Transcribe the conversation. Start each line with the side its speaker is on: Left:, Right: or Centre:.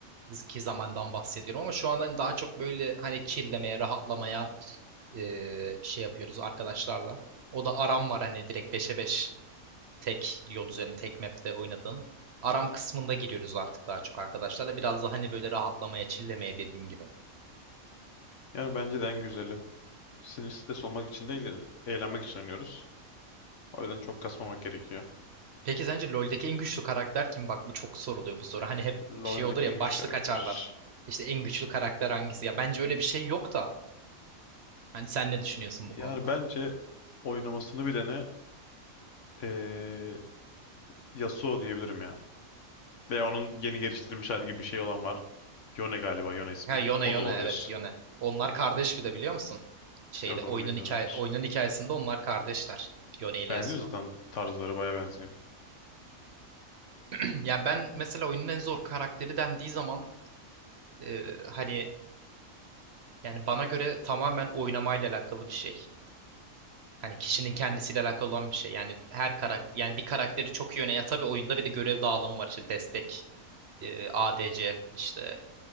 Right: ki zamandan bahsediyorum ama şu anda hani daha çok böyle hani chill'lemeye, rahatlamaya e, şey yapıyoruz arkadaşlarla. O da aram var hani direkt beşe 5 tek yol üzerinde tek map'te oynadığım. Aram kısmında giriyoruz artık daha çok arkadaşlarla. Biraz da hani böyle rahatlamaya, chill'lemeye dediğim gibi.
Left: Yani bence de en güzeli. Sinir stres olmak için değil, eğlenmek için oynuyoruz. O yüzden çok kasmamak gerekiyor.
Right: Peki sence LoL'deki en güçlü karakter kim? Bak bu çok soruluyor bu soru. Hani hep
Left: LoL'deki
Right: şey olur ya
Left: en güçlü
Right: başlık
Left: karakter.
Right: açarlar. İşte en güçlü karakter hangisi? Ya bence öyle bir şey yok da. Hani sen ne düşünüyorsun bu konuda?
Left: Yani bence oynamasını bilene eee Yasuo diyebilirim ya. Veya onun yeni geliştirilmiş hali gibi bir şey olan var. Yone galiba, Yone ismi.
Right: Ha Yone
Left: O
Right: Yone
Left: da olabilir.
Right: evet Yone. Onlar kardeş bir de biliyor musun? Şeyde
Left: Yok onu
Right: oyunun
Left: bilmiyordum,
Right: hikaye
Left: hayır.
Right: oyunun hikayesinde onlar kardeşler. Yone ile
Left: Benziyor
Right: Yasuo.
Left: zaten tarzları baya benziyor.
Right: <clears throat> Yani ben mesela oyunun en zor karakteri dendiği zaman e, hani yani bana göre tamamen oynamayla alakalı bir şey. Hani kişinin kendisiyle alakalı olan bir şey. Yani her karakter yani bir karakteri çok iyi oynayan. Ya tabii oyunda bir de görev dağılımı var işte destek, e, ADC, işte